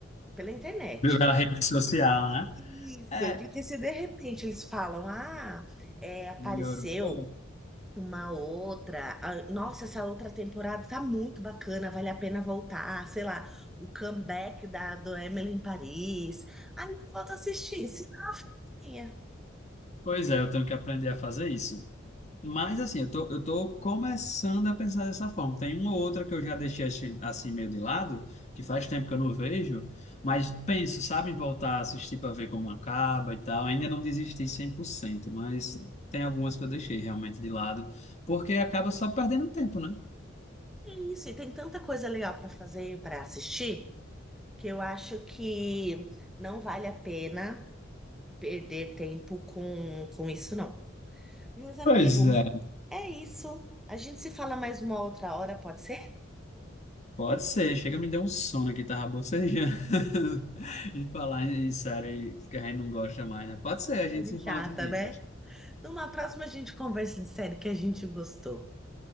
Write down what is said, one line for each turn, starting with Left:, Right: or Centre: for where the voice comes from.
Centre: pela internet.
Left: Pela rede social, né?
Centre: Isso,
Left: É,
Centre: porque se de repente eles falam, ah, é, apareceu
Left: melhorou.
Centre: uma outra. Ah, Nossa, essa outra temporada tá muito bacana, vale a pena voltar. Sei lá, o comeback da do Emily em Paris. Ai, não falta assistir, Cineminha.
Left: Pois é, eu tenho que aprender a fazer isso. Mas assim, eu tô, eu tô começando a pensar dessa forma. Tem uma ou outra que eu já deixei assim, assim meio de lado, que faz tempo que eu não vejo, mas penso, sabe, em voltar a assistir para ver como acaba e tal. Ainda não desisti cem por cento mas tem algumas que eu deixei realmente de lado, porque acaba só perdendo tempo, né?
Centre: É isso, e tem tanta coisa legal para fazer e para assistir que eu acho que não vale a pena perder tempo com, com isso, não. Meus amigos,
Left: Pois é.
Centre: é isso. A gente se fala mais uma outra hora, pode ser?
Left: Pode ser, chega me deu um sono aqui, tava bocejando. <laughs> E falar em série que a gente não gosta mais, né? Pode ser, a gente
Centre: É
Left: se
Centre: chata,
Left: fala outro dia,
Centre: né?
Left: então.
Centre: Numa próxima a gente conversa de série que a gente gostou.